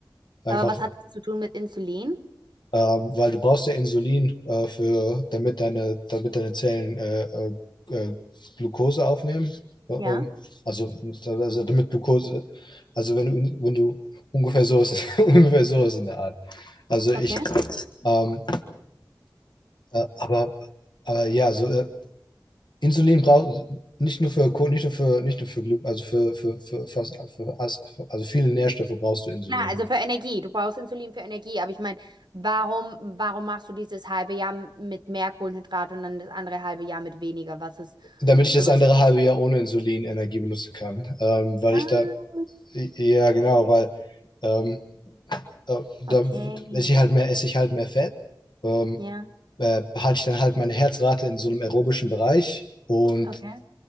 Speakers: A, on the left; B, on the right.
A: Einfach
B: Aber was hat das zu tun mit Insulin?
A: ähm, weil du brauchst ja Insulin, äh, für, damit deine, damit deine Zellen äh, äh, äh, Glucose aufnehmen. Äh,
B: Ja.
A: Ähm, Also, also damit Glucose, also wenn du, in- wenn du ungefähr so ist, <laughs> ungefähr so ist in der Art. Also ich,
B: okay.
A: ähm, äh, aber, aber ja, also äh, Insulin braucht nicht nur für Ko- nicht nur für nicht nur für Glu also für, für, für fast für, also viele Nährstoffe brauchst du Insulin.
B: Klar, also für Energie. Du brauchst Insulin für Energie, aber ich meine, warum, warum machst du dieses halbe Jahr m- mit mehr Kohlenhydrate und dann das andere halbe Jahr mit weniger? Was ist
A: Damit ich das
B: sowas?
A: andere halbe Jahr ohne Insulin Energie benutzen kann, ähm, weil
B: Ah,
A: ich da Ja, genau, weil ähm, äh, da
B: okay.
A: esse ich halt mehr, esse ich halt mehr Fett, ähm,
B: Ja,
A: äh, halte ich dann halt meine Herzrate in so einem aerobischen Bereich und
B: okay.